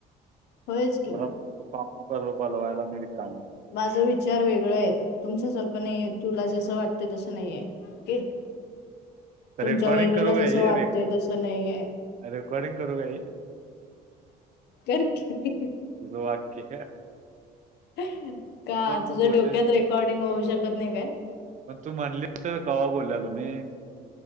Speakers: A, on the left; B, on the right.
A: होयच की.
B: मला पाहुणं <unintelligible> बोल बोलवायला मी रिकामा.
A: माझा विचार वेगळा आहेत, तुमच्यासारखं नाहीयेत, तुला जसं वाटत तसं नाहीये. <unintelligible> तुमच्या
B: रेकॉर्डिंग
A: वहिनीला
B: करू का
A: जसं
B: हे
A: वाटतंय
B: रे
A: तसं नाहीये.
B: रेकॉर्डिंग करू का हे
A: कर की
B: तुझं वाक्य का?
A: का, तुझ्या
B: मग बोलले
A: डोक्यात रेकॉर्डिंग होऊ शकत नाही काय?
B: पण तू म्हणलीस कवा बोलल्यालो मी.